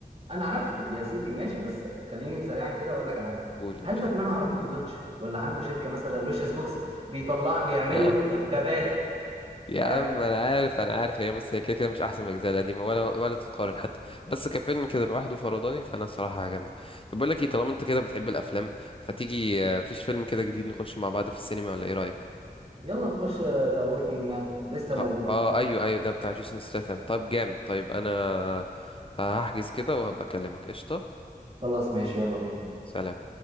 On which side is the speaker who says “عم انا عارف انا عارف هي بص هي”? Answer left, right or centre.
Left